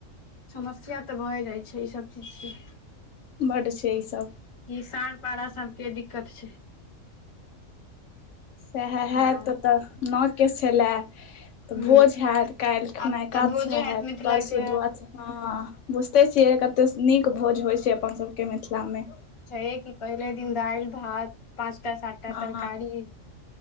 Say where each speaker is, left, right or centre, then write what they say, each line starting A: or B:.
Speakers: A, on the left; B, on the left.
A: समस्या तऽ भए जाइ छै ई सभ चीज स
B: बड छै ई सभ
A: किसान पारा सभके दिक्कत छै
B: वए हए
A: आ
B: तऽ तऽ नकेस छल तऽ
A: हूँ
B: भोज हयत काल्हि खुनाइ
A: आब
B: एकादसा
A: तऽ भोजे
B: कातसँ
A: हैत
B: हयत
A: मिथिला
B: परसू
A: के
B: दुआदसा ह बुझते छियै कते नीक भोज होइ छै अपन सभके मिथिला मे
A: छै कि पहिले दिन दालि भात पाँचटा सातटा
B: हँ
A: तरकारी